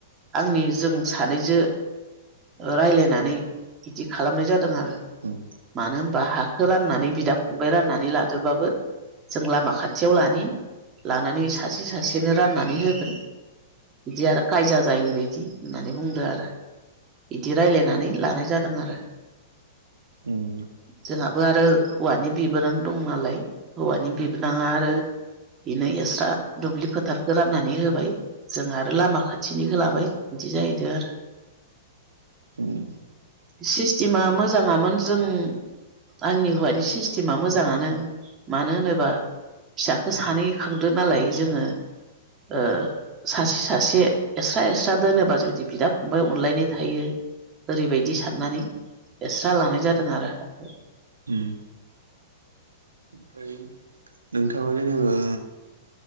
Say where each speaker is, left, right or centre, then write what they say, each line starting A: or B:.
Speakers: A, on the right; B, on the right.
A: आंनि जों सानैजो ओ रायलायनानै बिदि खालामनाय जादों आरो।
B: उम
A: मानो होनबा हाखो राननानै बिदा फंबाय राननानै लादोबाबो जों लामा खाथियाव लानि लानानै सासे सासेनो राननानै होगोन बिदि आरो खायजा जायैबायदि होननानै बुंदो आरो। बिदि रायलायनानै लानाय जादों आरो।
B: उम
A: जोंहाबो आरो हौवानि बिबोनां दं नालाय हौवानि बिबोनाङा आरो इनो एस्रा दुब्लि फोथारखौ राननानै होबाय। जों आरो लामा खाथिनि खो लाबाय इदि जाहैदों आरो।
B: उम।
A: सिस्टेमा मोजाङामोन जों आंनि हौवानि सिस्टेमा मोजाङानो मानो होनोबा। फिसाखो सानै खांदो नालाय जोङो। ओ सासे सासे एस्रा एस्रा दोनोबा जुदि बिदा फंबाय अनलायनाय थायो। ओरैबायदि साननानै एसस्रा लानाय जादों आरो हाखो।
B: उम। फ्राय। नोंथाङा जेनेबा